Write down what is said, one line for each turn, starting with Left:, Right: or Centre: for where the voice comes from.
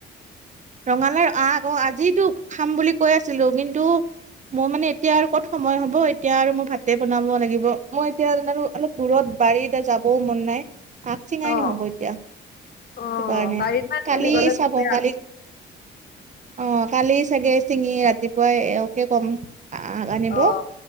Right: ৰঙালাওৰ আগ আজিতো খাম বুলি কৈ আছিলোঁ। কিন্তু, মোৰ মানে, এতিয়া আৰু ক'ত সময় হ'ব। এতিয়া আৰু মোৰ ভাতে বনাব লাগিব। মই এতিয়া আৰু অলপ দূৰত বাৰীতে যাবও মন নাই। আগ চিঙাই
Left: অ',
Right: নহ'ব এতিয়া। সেই
Left: অ',
Right: কাৰণে,
Left: বাৰীত মানে
Right: কালি
Left: তুমি গ'লে দুপৰীয়া
Right: চাব কালি।
Left: আগ-
Right: অ'! কালি চাগে ছিঙি ৰাতিপুৱাই এওঁকে কম। আগ আনিব
Left: অ',